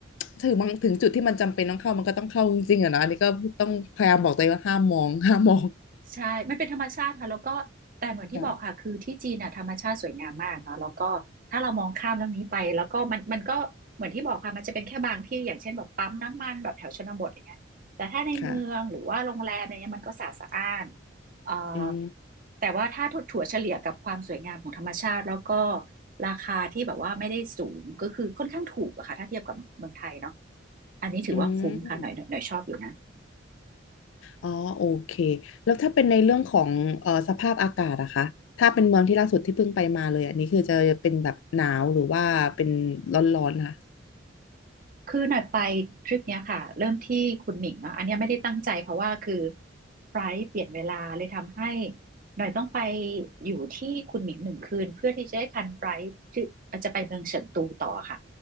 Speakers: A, on the left; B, on the right.
A: ถึงบางถึงจุดที่มันจำเป็นต้องเข้ามันก็ต้องเข้าจริงๆอะนะอันนี้ก็ต้องพยายามบอกตัวเองว่าห้ามมอง <laughs> ห้ามมอง
B: ใช่มันเป็นธรรมชาติค่ะแล้วก็แต่เหมือนที่บอกค่ะคือที่จีนน่ะธรรมชาติสวยงามมากเนาะแล้วก็ถ้าเรามองข้ามเรื่องนี้ไปแล้วก็มันมันก็เหมือนที่บอกค่ะมันจะเป็นแค่บางที่อย่างเช่นแบบปั๊มน้ำมันแบบแถวชนบทอย่างเงี้ยแต่ถ้าในเมืองหรือว่าโรงแรมอะไรเงี้ยมันก็สะอาดสะอ้าน
A: ค่ะค่ะ
B: เอ่อ
A: อืม
B: แต่ว่าถ้าถั่วเฉลี่ยกับความสวยงามของธรรมชาติแล้วก็ราคาที่แบบว่าไม่ได้สูงก็คือค่อนข้างถูกอะค่ะถ้าเทียบกับเมืองไทยเนาะอันนี้ถือว่าคุ้มค่ะหน่อยหน่อยหน่อยชอบอยู่นะ
A: อืมอ๋อโอเคแล้วถ้าเป็นในเรื่องของเอ่อสภาพอากาศอะคะถ้าเป็นเมืองที่ล่าสุดที่เพิ่งไปมาเลยอันนี้คือจะเป็นแบบหนาวหรือว่าเป็นร้อนๆค่ะ
B: คือหน่อยไปทริปเนี้ยค่ะเริ่มที่คุณหมิงเนาะอันเนี้ยไม่ได้ตั้งใจเพราะว่าคือไฟลท์เปลี่ยนเวลาเลยทำให้หน่อยต้องไปอยู่ที่คุณหมิงหนึ่งคืนเพื่อที่จะได้ทันไฟลท์ที่จะไปเมืองเฉิงตูต่อค่ะ